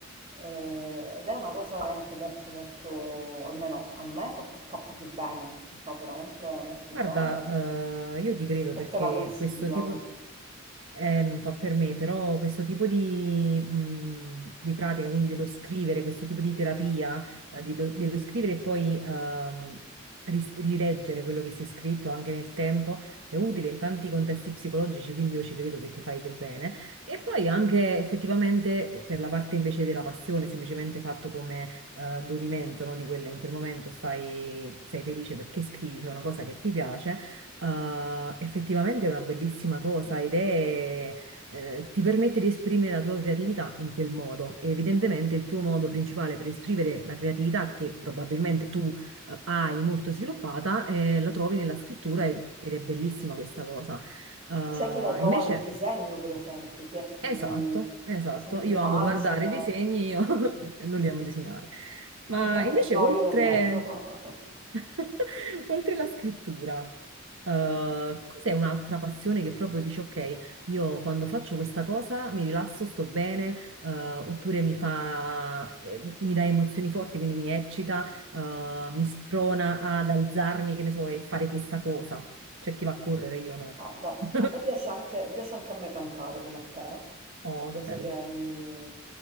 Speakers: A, on the right (about 30°); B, on the right (about 65°).
A: eh, ed è una cosa veramente molto, molto, almeno a me fa, fa proprio bene, mi fa veramente molto
B: Guarda,
A: bene
B: eh, io ti credo
A: e
B: perché
A: te la consiglio
B: questo tipo...
A: anche.
B: Eh, non fa per me, però questo tipo di, mh, di pratica, quindi dello scrivere, questo tipo di terapia, eh, di lo- dello scrivere e poi ehm, ris- rileggere quello che si è scritto anche nel tempo, è utile in tanti contesti psicologici, quindi io ci credo che ti fai del bene. E poi anche effettivamente per la parte invece della passione, semplicemente fatto eh, godimento, no, di quella in quel momento stai, sei felice perché scrivi, fai una cosa che ti piace, eh, effettivamente è una bellissima cosa ed è, eh, ti permette di esprimere la tua creatività in quel modo. E evidentemente il tuo modo principale per esprimere la creatività che probabilmente tu eh, hai molto sviluppata, eh, la trovi nella scrittura ed ed è bellissima questa cosa. Uh,
A: C'è chi la trova
B: invece
A: nel disegno, per esempio, chi è più
B: Esatto, esatto.
A: sull'immagine.
B: Io amo guardare i disegni, io
A: Mm.
B: <laughs> non li amo disegnare. Ma
A: Eh,
B: invece,
A: no,
B: oltre,
A: io nemmeno. <laughs>
B: <laughs> oltre la scrittura, eh, cos'è un'altra passione che proprio dici, ok, io quando faccio questa cosa mi rilasso, sto bene, eh, oppure mi fa, eh, mi dà emozioni forti, quindi mi eccita, eh, mi sprona ad alzarmi, che ne so, e fare questa cosa. C'è chi va a correre, io no.
A: Guarda,
B: <laughs>
A: a me piace anche, piace anche a me cantare come a te, è
B: Oh,
A: una cosa
B: che bello.
A: che mi,